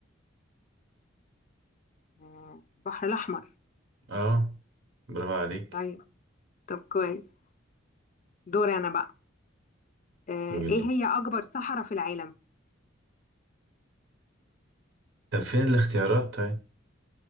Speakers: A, on the left; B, on the right.
A: آه، البحر الأحمر
B: اه برافو عليك
A: طيب طب كويس دور أنا بقى آه،
B: قول
A: إيه
B: لي
A: هي أكبر صحراء في العالم
B: طب فين الاختيارات طيب